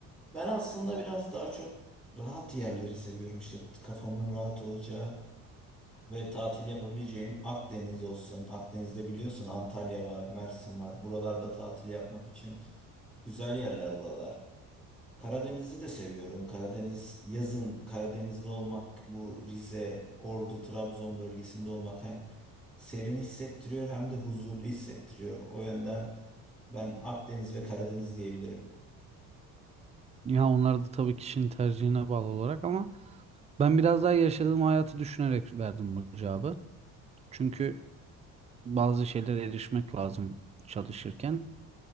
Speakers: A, in the centre; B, on the right.
A: Ben aslında biraz daha çok rahat yerleri seviyorum. İşte kafamın rahat olacağı, ve tatil yapabileceğim Akdeniz olsun. Akdeniz'de biliyorsun Antalya var, Mersin var. Buralarda tatil yapmak için güzel yerler buralar. Karadeniz'i de seviyorum. Karadeniz yazın Karadeniz'de olmak, bu Rize, Ordu, Trabzon bölgesinde olmak hem serin hissettiriyor hem de huzurlu hissettiriyor. O yönden ben Akdeniz ve Karadeniz diyebilirim.
B: Ya onlar da tabii kişinin tercihine bağlı olarak ama ben biraz daha yaşadığım hayatı düşünerek verdim bu cevabı. Çünkü bazı şeylere erişmek lazım çalışırken.